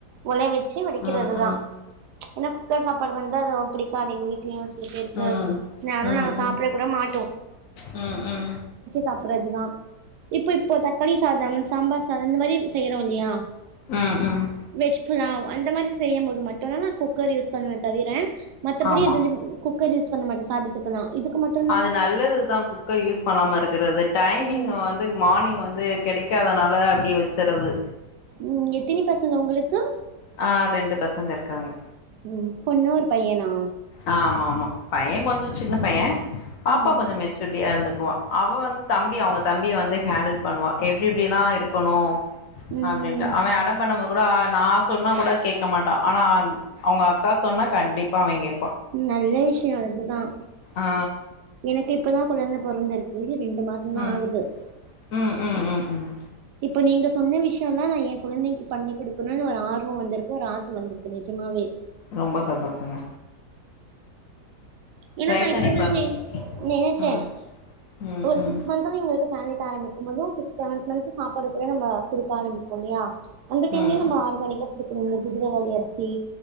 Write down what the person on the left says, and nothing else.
ம் ம் ம்
ம் ம்
ம்
ம்
ம் ம்
ஆமா
அது நல்லதுதான் குக்கர் யூஸ் பண்ணாம இருக்றது டைமிங்
வந்து மார்னிங் வந்து கிடைக்காதுனால அப்படியே வச்சுறது
ஆ ரெண்டு பசங்க இருக்காங்க
ஆ ஆமா ஆமா பைய கொஞ்ச சின்ன பைய பாப்பா
கொஞ்ச மெச்சூருட்டியா இருந்த அவ வந்து தம்பி அவங்க தம்பிய வந்து ஹேண்டில் பண்ணுவா எப்படி எப்படி எல்லா இருக்கணு
அப்படின்ட்டு அவன் அடம் பண்ணும்போது கூட நான் சொன்னா கூட கேட்க மாட்டா ஆனா அவங்க அக்கா சொன்னா கண்டிப்பா அவ கேப்பா
ஆ
ம்
ம் ம் ம் ம்
ரொம்ப சந்தோஷங்க
ட்ரை
பண்ணி
பாருங்க. ம் ம்
ம்
ம்